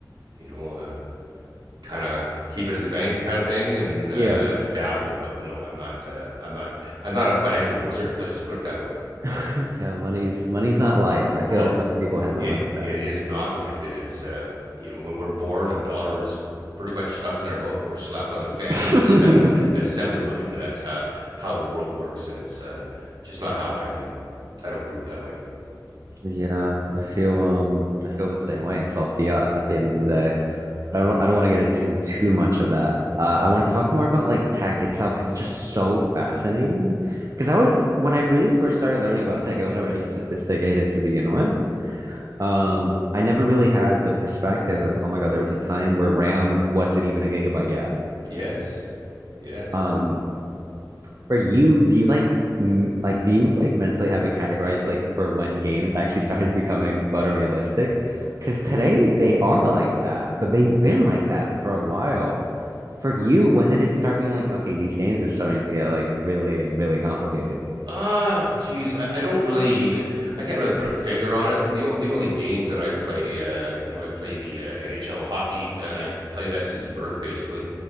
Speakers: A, on the right; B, on the right.
A: you know, uh, kind of keep it in the bank kind of thing and uh,
B: Yeah.
A: dabble. But no, I'm not, uh, I'm not, I'm not a financial wizard. Let's just put it that way.
B: <laughs> Yeah, money's money's not life. I feel
A: Well,
B: like most people haven't
A: it
B: learned
A: it is not life. It is uh, you know when we're born, a dollar is pretty much stuffed in our mouth. We're slapped on a fanny.
B: that.
A: We're set down a,
B: <laughs>
A: an assembly line. And that's uh, how the world works, and it's uh, just not how I do. I don't groove that way.
B: Yeah, I feel um I feel the same way. It's all fiat at the end of the day. But I don't I don't want to get into too much of that. Uh, I want to talk more about like tech itself because it's just so fascinating. Because I was when I really first started learning about tech, I was already sophisticated to begin with. Um, I never really had the perspective of, oh my God, there was a time where RAM wasn't even a gigabyte yet.
A: Yes, yes.
B: Um, for you, do you like m- like do you like mentally have it categorized like for when games actually started <laughs> becoming photorealistic? Because today they are like that, but they've been like that for a while. For you, when did it start being like, okay, these games are starting to get like really, really complicated? <laughs>
A: Ah, geez, I, I don't really, I can't really put a finger on it. The o- the only games that I play, uh, you know, I play the uh, NHL hockey, and I play that since birth, basically.